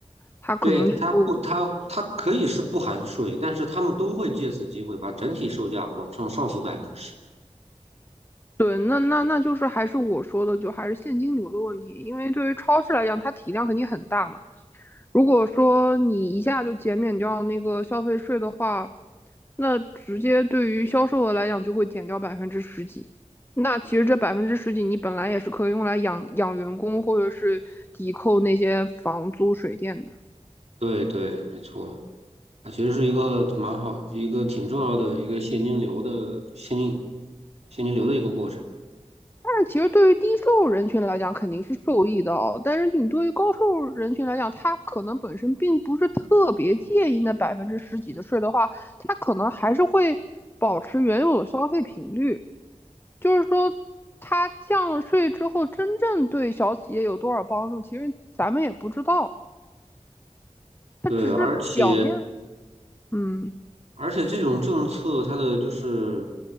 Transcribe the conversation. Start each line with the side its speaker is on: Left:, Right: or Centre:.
Left: 它可能就
Right: 对，它不，它它可以是不含税，但是他们都会借此机会把整体售价往上上浮百分之十。
Left: 对，那那那就是还是我说的，就还是现金流的问题。因为对于超市来讲，它体量肯定很大嘛。如果说你一下就减免掉那个消费税的话，那直接对于销售额来讲就会减掉百分之十几。那其实这百分之十几，你本来也是可以用来养养员工，或者是抵扣那些房租、水电的。
Right: 对对，没错，啊，其实是一个蛮好，一个挺重要的一个现金流的现金现金流的一个过程。
Left: 但其实对于低收入人群来讲，肯定是受益的哦。但是你对于高收入人群来讲，他可能本身并不是特别介意那百分之十几的税的话，他可能还是会保持原有的消费频率。就是说，他降了税之后，真正对小企业有多少帮助，其实咱们也不知道。他只是表面，
Right: 对，而且
Left: 嗯。
Right: 而且这种政策它的就是